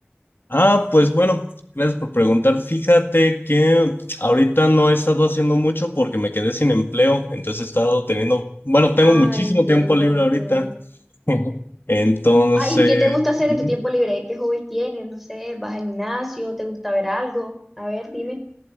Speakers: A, on the left; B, in the centre.
A: Ah, pues bueno, gracias por preguntar. Fíjate que ahorita no he estado haciendo mucho porque me quedé sin empleo. Entonces he estado teniendo, bueno, tengo
B: Ah,
A: muchísimo
B: entiendo,
A: tiempo libre
B: entiendo.
A: ahorita. <laughs> Entonces,
B: Ah, ¿y qué te gusta hacer
A: ujú.
B: en tu tiempo libre? ¿Qué hobbies tienes? No sé, ¿vas al gimnasio? ¿Te gusta ver algo? A ver, dime.